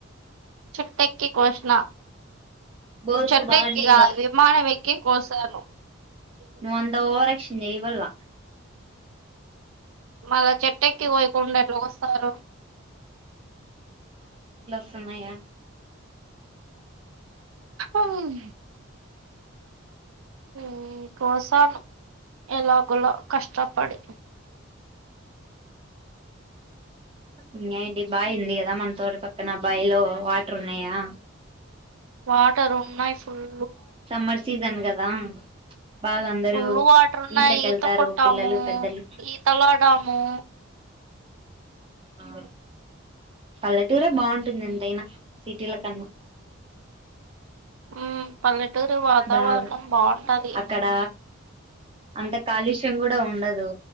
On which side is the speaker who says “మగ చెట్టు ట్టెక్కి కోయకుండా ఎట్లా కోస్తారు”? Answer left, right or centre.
Right